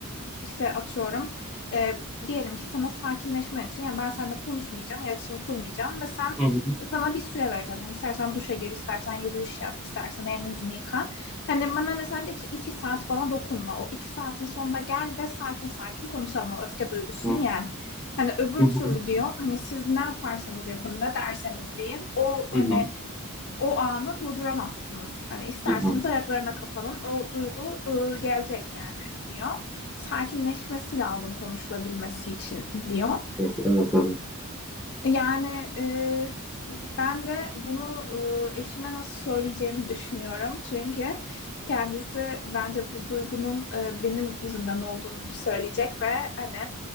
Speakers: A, on the left; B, in the centre.
A: işte atıyorum e, diyelim ki sana sakinleşmen için yani ben seninle konuşmayacağım, iletişim kurmayacağım ve sen
B: Hı hı.
A: sana bir süre vereceğim. Yani istersen duşa gir, istersen yürüyüş yap, istersen elini yüzünü yıka. Hani bana mesela de ki iki saat bana dokunma. O iki saatin sonunda gel ve sakin sakin konuşalım. O öfke duygusunu
B: Hı hı. Hı.
A: yen. Hani öbür
B: Hı hı.
A: türlü diyor hani siz ne yaparsanız yapın ne derseniz deyin o
B: Hı
A: hani
B: hı.
A: o anı durduramazsınız. Hani isterseniz
B: Hı hı.
A: ayaklarına kapanın o duygu ıı, gelecek yani diyor. Sakinleşmesi lazım konuşulabilmesi için diyor.
B: Evet, evet, evet.
A: Yani e, ben de bunu e, eşime nasıl söyleyeceğimi düşünüyorum. Çünkü kendisi bence bu duygunun e, benim yüzümden olduğunu söyleyecek ve hani